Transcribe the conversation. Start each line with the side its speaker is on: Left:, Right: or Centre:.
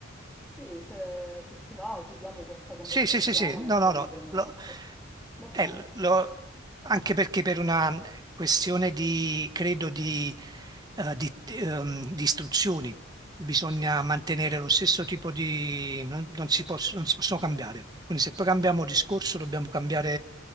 Centre: Sì, se, se ti va chiudiamo questa conversazione
Right: Sì, sì, sì, sì, no,
Centre: e
Right: no,
Centre: poi
Right: no,
Centre: ne apriamo
Right: lo-
Centre: un'altra. Va bene.
Right: eh, lo- anche perché per una questione di, credo, di, eh, di, ehm, di istruzioni bisogna mantenere lo stesso tipo di... non, non si poss- non si possono cambiare. Quindi se poi cambiamo discorso dobbiamo cambiare,